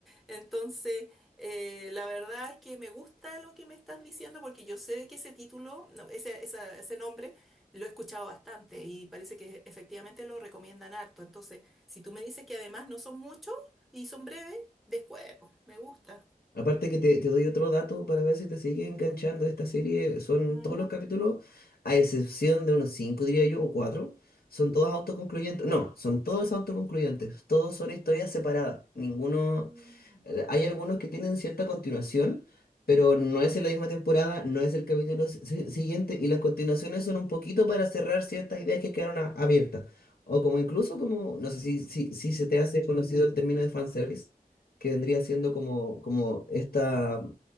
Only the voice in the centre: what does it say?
Entonces, eh, la verdad es que me gusta lo que me estás diciendo porque yo sé que ese título, no, ese, esa- ese nombre, lo he escuchado bastante y parece que efectivamente lo recomiendan harto. Entonces, si tú me dices que además no son muchos y son breves, después, pues, me gusta.
Ujú.
Mm,